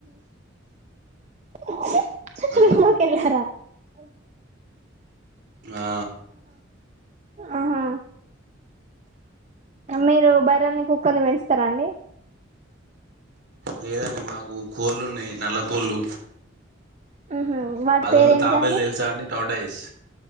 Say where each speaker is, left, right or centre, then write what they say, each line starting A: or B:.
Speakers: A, on the right (about 35°); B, on the right (about 60°).
A: ఉహు
B: అట్లా
A: రూమ్ లోకి కెళ్ళారా అవ్
B: ఆ
A: ఆహా మీరు బర్రెల్ని కుక్కల్ని పెంచుతారా అండి.
B: లేదండి మాకు కోళ్లున్నాయి నల్ల కోళ్ళు.
A: ఉహు వాటి
B: అదున్ను
A: పేరు ఏంటిదండి
B: తాబేలు తెలుసా అండి టోట ఇస్